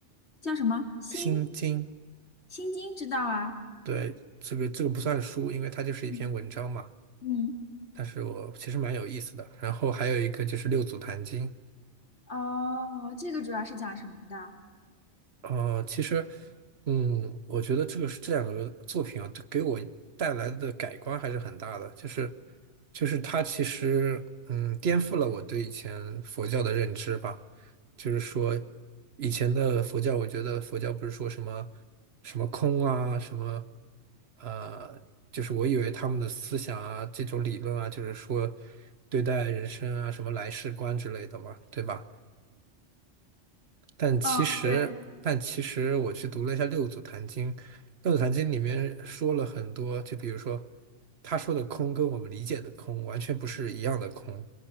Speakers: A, on the left; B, on the right.
A: 叫什么？心
B: 《心经》
A: 心经知道啊？
B: 对，这个这个不算书，因为它就是一篇文章嘛。
A: 嗯嗯。
B: 但是我其实蛮有意思的。然后还有一个就是六祖坛经，
A: 哦，这个主要是讲什么的？
B: 呃，其实，嗯，我觉得这个是这两个作品啊，这给我带来的改观还是很大的。就是，就是它其实，嗯，颠覆了我对以前佛教的认知吧。就是说，以前的佛教，我觉得佛教不是说什么什么空啊，什么，呃，就是我以为他们的思想啊，这种理论啊，就是说对待人生啊，什么来世观之类的嘛，对吧？但其实，
A: 哦，对，
B: 但其实我去读了一下《六祖坛经》，《六祖坛经》里面说了很多，就比如说他说的空跟我们理解的空完全不是一样的空，